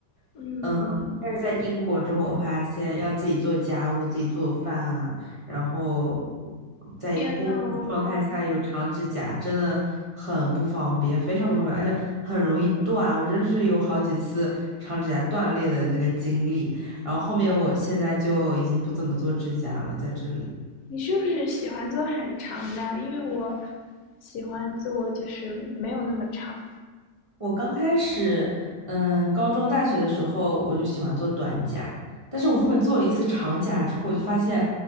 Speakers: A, on the left (about 65°); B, on the right (about 25°).
A: 嗯嗯，
B: 嗯。但是在英国之后，我发现要自己做家务、自己做饭啊，然后在一个工作的状态下有长指甲，
A: 天呐哦
B: 真的很不方便，非常不方便，而且很容易断。我真是有好几次长指甲断裂的那个经历。然后后面我现在就已经不怎么做指甲了，在这里。
A: 你是不是喜欢做很长的？因为我喜欢做就是没有那么长，
B: 我刚开始，嗯，高中、大学的时候我就喜欢做短甲，但是我后面做了一次长甲之后，我就发现，